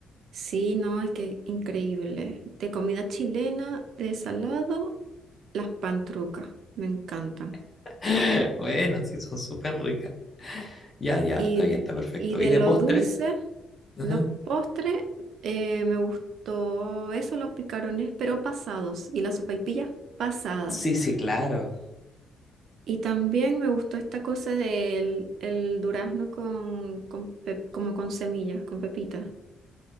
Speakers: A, on the right (about 70°); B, on the left (about 30°).
A: Sí, no, es que increíble. De comida chilena, de salado, las pantrucas, me encantan.
B: <laughs> Bueno, sí, son súper ricas. Ya, ya,
A: Y,
B: está bien, está perfecto.
A: y de
B: ¿Y de
A: lo
B: postre?
A: dulce,
B: Ajá.
A: los postres, eh, me gustó eso, los picarones, pero pasados, y las sopaipillas pasadas.
B: Sí, sí, claro.
A: Y también me gustó esta cosa del el durazno con, con pe- como con semillas, con pepitas,